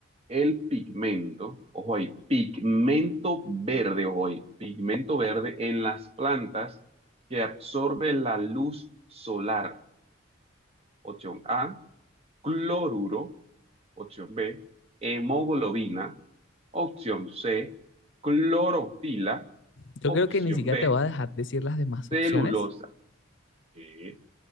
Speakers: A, on the right (about 30°); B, on the left (about 60°).
A: el pigmento? Ojo ahí, pigmento verde, ojo ahí, pigmento verde en las plantas que absorbe la luz solar. Opción A, cloruro. Opción B, hemoglobina. Opción C, clorofila.
B: Yo
A: Opción
B: creo que ni siquiera
A: D,
B: te voy a dejar decir las demás
A: celulosa.
B: opciones
A: ¿Qué?